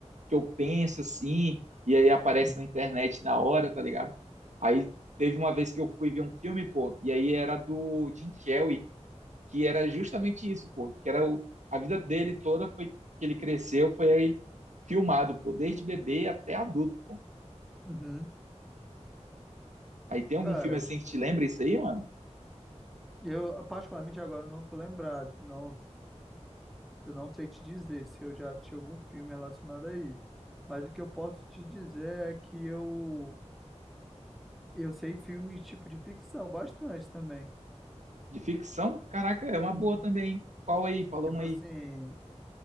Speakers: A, on the right; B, in the centre.
A: que eu penso assim, e aí aparece
B: uhum,
A: na internet na hora, tá ligado? Aí teve uma vez que eu fui ver um filme, pô, e aí era do Jim Carrey, que era justamente isso, pô, que era o- a vida dele toda foi que ele cresceu, foi aí filmado, pô, desde bebê até adulto, pô.
B: uhum.
A: Aí tem algum
B: Cara,
A: filme assim que te lembra isso aí, mano?
B: eu particularmente agora não tô lembrado, não, Eu não sei te dizer se eu já assisti algum filme relacionado a isso, mas o que eu posso te dizer é que eu eu sei filmes tipo de ficção bastante também.
A: De ficção? Caraca, é uma
B: Hum.
A: boa também. Qual aí? Fala
B: Tipo
A: um aí.
B: assim,